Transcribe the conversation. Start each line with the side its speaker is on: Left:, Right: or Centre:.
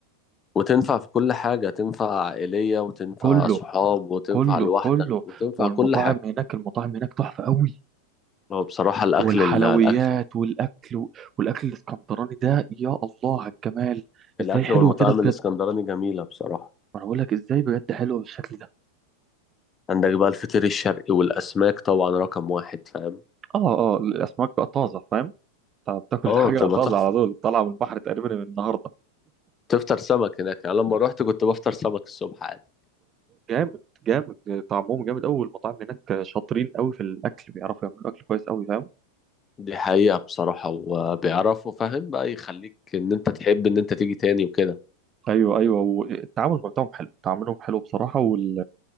Left: وتنفع في كل حاجة تنفع عائلية وتنفع
Right: كله
Left: صحاب وتنفع
Right: كله
Left: لوحدك
Right: كله
Left: وتنفع
Right: والمطاعم
Left: كل حاجة
Right: هناك المطاعم هناك تحفة قوي
Left: هو بصراحة الأكل
Right: والحلويات
Left: ال- الأكل
Right: والأكل والأكل الإسكندراني ده يا الله على الجمال
Left: الأكل
Right: إزاي حلوة
Left: والمطاعم
Right: كده
Left: الإسكندراني
Right: بجد
Left: جميلة بصراحة
Right: ما انا بقول لك ازاي بجد حلوه بالشكل ده
Left: عندك بقى الفطير الشرقي والأسماك طبعا رقم واحد فاهم
Right: اه اه الاسماك بقى طازه فاهم انت بتاكل
Left: اه
Right: الحاجه
Left: بتبقى
Right: طازه
Left: تحفة
Right: على طول طالعه من البحر تقريبا من النهارده
Left: تفطر سمك هناك يعني لما روحت كنت بفطر سمك الصبح عادي
Right: جامد جامد طعمهم جامد قوي المطاعم هناك شاطرين قوي في الاكل بيعرفوا يعملوا اكل كويس قوي فاهم
Left: دي حقيقة بصراحة وبيعرفوا فاهم بقى يخليك إن أنت تحب إن أنت تيجي تاني وكده
Right: ايوه ايوه والتعامل بتاعهم حلو تعاملهم حلو بصراحه وال...